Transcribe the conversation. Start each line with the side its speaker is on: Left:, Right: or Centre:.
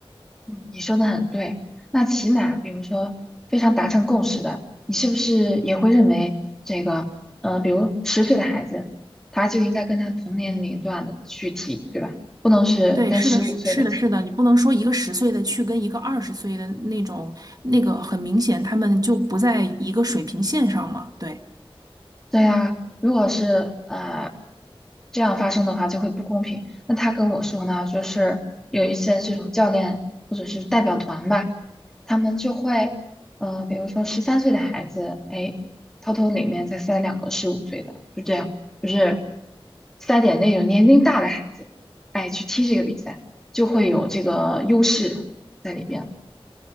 Centre: 嗯，你说的很对。那起码，比如说非常达成共识的，你是不是也会认为这个，嗯、比如十岁的孩子，他就应该跟他同年龄段的去提，对吧？不能是跟十五岁的提，
Right: 对，是的，是是的，是的，你不能说一个十岁的去跟一个二十岁的那种，那个很明显他们就不在一个水平线上嘛。对。
Centre: 对呀，如果是呃这样发生的话，就会不公平。那他跟我说呢，就是有一些这种教练或者是代表团吧，他们就会呃，比如说十三岁的孩子，哎，偷偷里面再塞两个十五岁的，就这样，就是塞点那种年龄大的孩子，哎，去踢这个比赛，就会有这个优势在里面了。